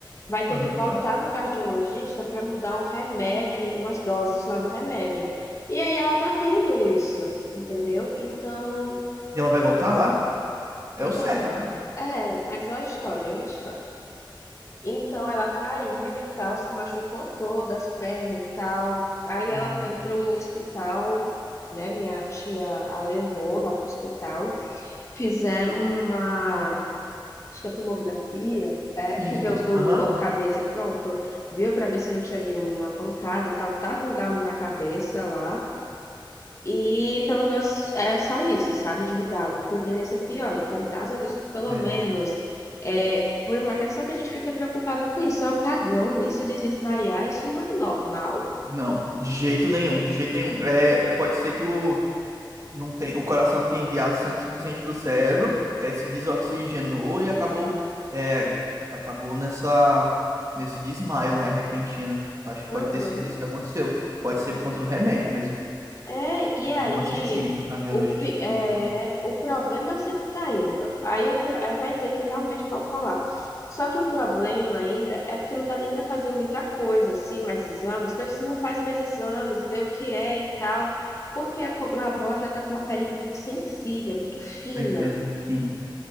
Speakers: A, on the left (about 35°); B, on the right (about 40°).
A: vai ter
B: Aham.
A: que voltar no cardiologista para mudar o remédio, umas doses lá do remédio. E aí ela tá tendo isso, entendeu? Então,
B: E ela vai voltar lá? É
A: então,
B: o certo, né?
A: é, mas olha a história, olha a história. Então ela caiu e tal, se machucou toda as pernas e tal. Aí
B: Uhum.
A: ela foi pro hospital, né? Minha tia a levou lá pro hospital, fizeram uma Acho que a tomografia, é,
B: Isso.
A: que vê os- o,
B: Aham.
A: a cabeça, pronto, viu para ver se não tinha nenhuma pancada e tal, tá com um galo na cabeça lá. E pelo menos é só isso, sabe? De um galo. Poderia ser pior. Então, graças a Deus, pelo
B: É.
A: menos é, foi uma questão que a gente fica preocupada com isso. É um apagão, isso de desmaiar, isso não é normal.
B: Não, de jeito nenhum, de jeito nenhum. É, pode ser que o Não tem, o coração não tem enviado sangue suficiente para o cérebro, ele se desoxigenou e acabou, é, acabou nessa, nesse desmaio, né, repentino. Acho que
A: Uhum.
B: pode ter sido isso que aconteceu. Pode ser por conta do remédio mesmo.
A: É, e
B: É bom
A: aí
B: vocês irem no cardiologista
A: o, pi-
B: de
A: é,
B: novo. quando-
A: o problema sempre está indo. Aí, o, pro- aí vai ter que realmente voltar lá. Só que o problema ainda é porque não dá nem para fazer muita coisa, assim, mais exames, porque você não faz mais exames, vê o que é e tal. Porque a, co- minha avó já está com uma pele muito sensível, muito fina.
B: Eu entendo. Sim,